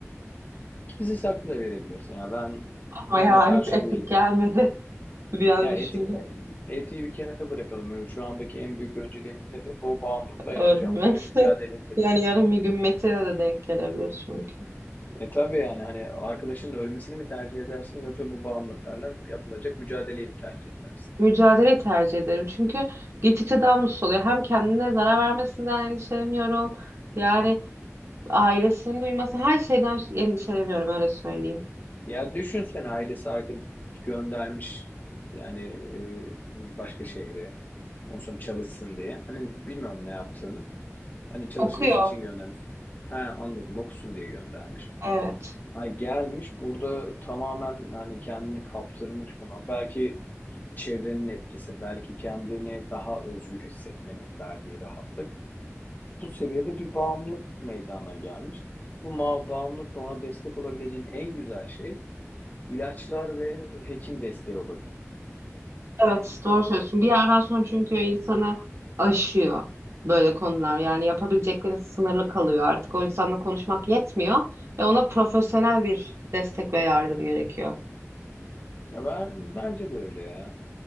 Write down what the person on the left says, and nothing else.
gizli saklı da verebilirsin. Ya ben
ona
da karşı
değilim.
Ya
etik de etiği bir kenara bırakalım. Şu andaki en büyük önceliğimiz nedir? Bu bağımlılıkla yapacağımız
bir mücadeledir.
E tabii yani hani arkadaşının ölmesini mi tercih edersin yoksa bu bağımlılıklarla yapılacak mücadeleyi mi tercih edersin?
Ya düşünsene ailesi arkadaş göndermiş yani e, başka şehre. Ondan sonra çalışsın diye. Hani bilmiyorum ne yaptığını. Hani çalışması
için göndermiş. He anladım okusun diye göndermiş.
Ay gelmiş burada tamamen hani kendini kaptırmış buna. Belki çevrenin etkisi, belki kendini daha özgür hissetmenin verdiği rahatlık. Bu seviyede bir bağımlılık meydana gelmiş. Bu ma- bağımlılık da ona destek olabileceğin en güzel şey İlaçlar ve hekim desteği olabilir.
Ya Ben, bence de öyle ya.